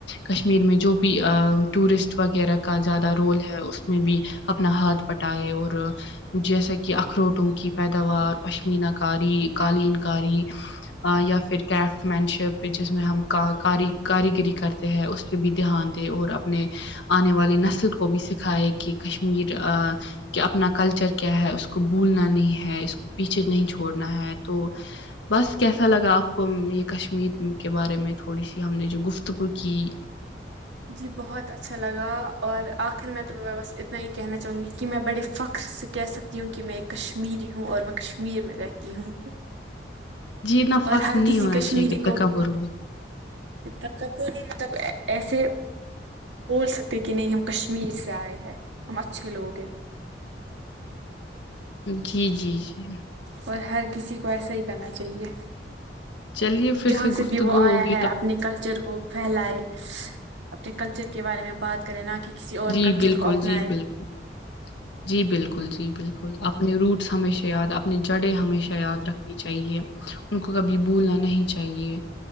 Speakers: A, on the left; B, on the right.
A: کشمیر میں جو بھی ٹورسٹ وغیرہ کا زیادہ رول ہے اس میں بھی اپنا ہاتھ پٹائے اور جیسا کہ اخروٹوں کی پیداوار پشمینہ کاری قالین کاری یا پھر کرافٹ مین شپ جس میں ہم کا کاری کاریگری کرتے تے ہے اس پے بھی دھیان دے اور اپنے آنے والی نسل کو بھی سکھائے کی کشمیر آ کہ اپنا کلچر کیا ہے اس کو بھولنا نہیں ہے اس کو پیچھے نہیں چھوڑنا ہے تو بس کیسا لگا آپ کو یے کشمیر کے بارے میں تھوڑی سی ہم نے جو گفتگو کی
B: جی بہت اچھا لگا اور آخر میں تمیں بس اتنا یے کہنا چاہوں گی کی میں بڑے فخر سے کہہ سک تی ہوں کیونکی میں کشمیری ہوں اور میں کشمیر میں رہتی ہوں
A: جی اتنا فخر
B: اور ہر
A: نہیں
B: کسی
A: ہونا
B: کشمیری
A: چاہیے کی
B: کو
A: تکبر ہو
B: تکبر نہیں مطلب ایسے بول سکتے کی نہیں ہم کشمیر سے آئے ہیں ہم اچھے لوگ ہیں
A: جی جی جی
B: اور ہر کسی کو ایسا ہی کرنا چاہیے
A: چلیے پھر
B: جہاں سے
A: گفتگو
B: بھی وہ آیا
A: ہوگی
B: ہے
A: تب
B: اپنے کلچر کو پھیلائے اپنے کلچر کے بارے میں بات کریں نہ کی کسی اور
A: جی
B: کلچر
A: بالکل
B: کو اپنائے
A: جی بالکل جی بالکل جی بالکل اپنے روٹس ہمیشہ یاد اپنی جڑیں ہمیشہ یاد رکھنی چاہیے ان کو کبھی بھولنا نہیں چاہیے